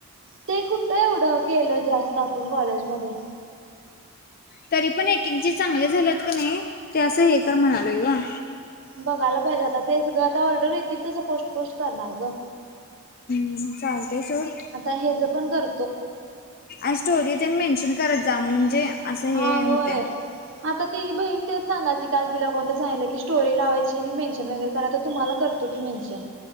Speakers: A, on the right; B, on the left.
A: ते कुठ एवढं केलंय जास्त आपण कॉलेजमध्ये.
B: तरी पण एक-एक जे चांगले झाल्यात क नई, ते असं हे कर म्हणालोय ग.
A: बघायला पाहिजे आता, तेच गं आता ऑर्डर येतील तसं पोस्ट-पोस्ट करणार ग.
B: हम्म, चालतय सोड.
A: आता हेज पण कर
B: आण् स्टोरी तेन मेन्शन करत जा, म्हणजे असं
A: हा
B: हे होतय.
A: होय आता तीजी बहीण तेच सांगाल्ती काल तिला कोण तर सांगितलं की स्टोरी लावायची आणि मेन्शन वगैर करा आत् तुम्हाला करतो की मेन्शन.